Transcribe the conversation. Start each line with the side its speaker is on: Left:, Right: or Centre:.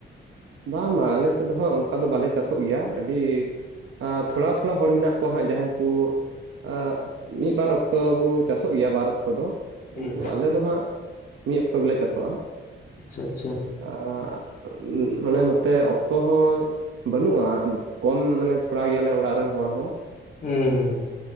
Right: ᱵᱟᱝ ᱵᱟᱝ ᱟᱞᱮ ᱥᱮᱫ ᱫᱚ ᱦᱟᱸᱜ ᱚᱱᱠᱟ ᱫᱚ ᱵᱟᱞᱮ ᱪᱟᱥᱚᱜ ᱜᱮᱭᱟ ᱟᱹᱰᱤ ᱟᱸ ᱛᱷᱚᱲᱟ ᱛᱷᱚᱲᱟ ᱦᱚᱲ ᱢᱮᱱᱟᱜ ᱠᱚᱣᱟ ᱦᱟᱸᱜ ᱡᱟᱦᱟᱸᱭ ᱠᱚ ᱟᱸ ᱢᱤᱫ ᱵᱟᱨ ᱚᱠᱛᱚ ᱦᱚᱸ ᱪᱟᱥᱚᱜ ᱜᱮᱭᱟ ᱵᱟᱨ ᱚᱠᱛᱚ ᱫᱚ ᱠᱤᱱᱛᱩ
Left: ᱦᱩᱸ
Right: ᱟᱞᱮ ᱫᱚ ᱦᱟᱸᱜ ᱢᱤᱫ ᱚᱠᱛᱚ ᱜᱮᱞᱮ ᱪᱟᱥᱚᱜᱼᱟ᱾
Left: ᱟᱪᱪᱷᱟ ᱟᱪᱪᱷᱟ᱾
Right: ᱟᱸ ᱩᱸ ᱢᱟᱱᱮ ᱱᱚᱛᱮ ᱚᱠᱛᱚ ᱦᱚᱸ ᱵᱟᱹᱱᱩᱜᱼᱟ ᱠᱚᱢ ᱢᱟᱱᱮ ᱛᱷᱚᱲᱟ ᱜᱮᱭᱟᱞᱮ ᱚᱲᱟᱜ ᱨᱮᱱ ᱦᱚᱲ ᱦᱚᱸ᱾
Left: ᱦᱩᱸ ᱦᱩᱸ